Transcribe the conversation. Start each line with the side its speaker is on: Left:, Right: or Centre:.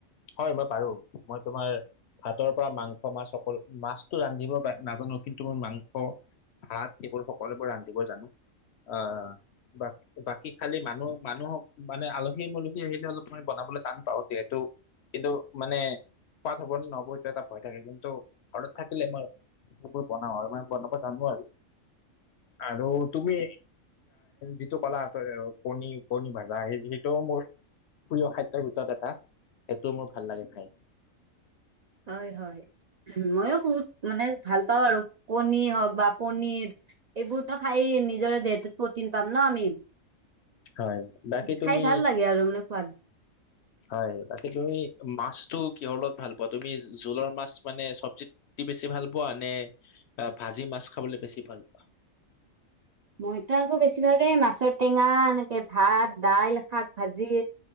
Left: হয়। মই পাৰো, মই তোমাৰ ভাতৰ পৰা মাংস মাছ সকলো, মাছটো ৰান্ধিব নাজানো, কিন্তু মই মাংস ভাত এইবোৰ সকলোবোৰ ৰান্ধিব জানো। আহ বা বাকী খালি মানুহ মানুহক মানে আলহী-মালহী আহিলি অলপমান বনাবলৈ টান পাওঁ যিহেতু কিন্তু মানে সোৱাদ হ'ব নে নহ'ব এইটো এটা ভয় থাকে কিন্তু ঘৰত থাকিলে মই সেইবোৰ বনও আৰু মই বনাব জানো আৰু। আৰু তুমি যিটো কলা তই কণী কণী ভাজা সেইটো মোৰ প্ৰিয় খাদ্যৰ ভিতৰত এটা। সেইটোও মোৰ ভাল লাগে খাই।
Right: হয় হয় ময়ো বহুত মানে ভাল পাওঁ আৰু কণী হওক বা পনীৰ এইবোৰতো খাই নিজৰ দেহটোত প্ৰ'টিন পাম ন আমি।
Left: হয় বাকী
Right: খাই
Left: তুমি
Right: ভাল লাগে আৰু মানে খোৱাদ
Left: হয় বাকী তুমি মাছটো কিহৰ লগত ভাল পোৱা? তুমি জোলৰ মাছ মানে চবজিত টি বেছি ভাল পোৱা নে, ভাজি মাছ খাবলে বেছি ভাল পোৱা?
Right: মইতো আকৌ বেছিভাগেই মাছৰ টেঙা এনেকে ভাত, দাইল, শাক, ভাজি